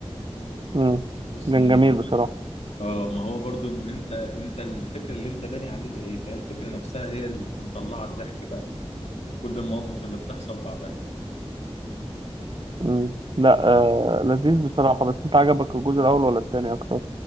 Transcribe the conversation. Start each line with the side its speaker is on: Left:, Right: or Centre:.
Right: مم.
Left: والسنه
Right: كان
Left: اللي
Right: جميل
Left: فاتت
Right: بصراحة
Left: اه ما هو برضو ان انت انت الفكره اللي انت باني عليها ايه فهي الفكره نفسها هي اللي مطلعه الضحك بقى من كل المواقف اللي بتحصل بعدها
Right: مم. لا آه لذيذ بصراحة بس انت عجبك الجزء الأول ولا التاني أكتر؟